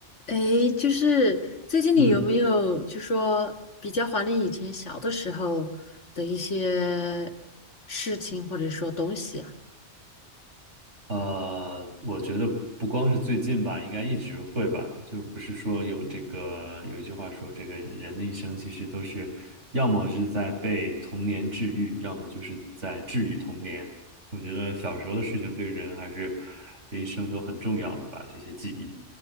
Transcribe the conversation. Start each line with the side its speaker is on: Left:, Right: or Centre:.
Left: 诶，就是最近你有没有就说比较怀念以前小的时候的一些
Right: 嗯，
Left: 事情或者说东西啊？
Right: 呃，我觉得不光是最近吧，应该一直会吧。就不是说有这个有一句话说，这个人的一生其实都是，要么是在被童年治愈，要么就是在治愈童年。我觉得小时候的事情对人还是这一生都很重要的吧，这些记忆。